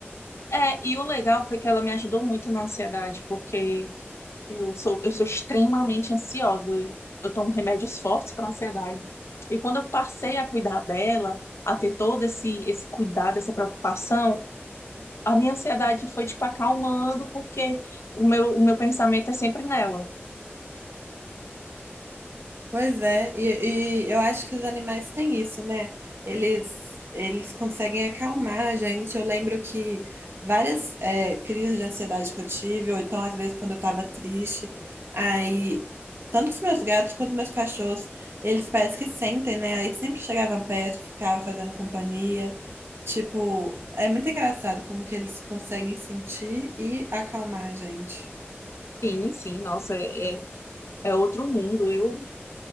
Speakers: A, on the left; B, on the right.
A: É, e o legal foi que ela me ajudou muito na ansiedade, porque Eu sou, eu sou extremamente ansiosa. Eu tomo remédios fortes para ansiedade. E quando eu passei a cuidar dela, a ter todo esse, esse cuidado, essa preocupação, a minha ansiedade foi, tipo, acalmando, porque o meu, o meu pensamento é sempre nela.
B: Pois é, e, e eu acho que os animais têm isso, né? Eles, eles conseguem acalmar a gente. Eu lembro que várias é, crises de ansiedade que eu tive, ou então às vezes quando eu tava triste, aí tanto os meus gatos quanto os meus cachorros, eles parece que sentem, né? Aí sempre chegavam perto, ficavam fazendo companhia. Tipo, é muito engraçado como que eles conseguem sentir e acalmar a gente.
A: Sim, sim, nossa, é, é, é outro mundo. Eu,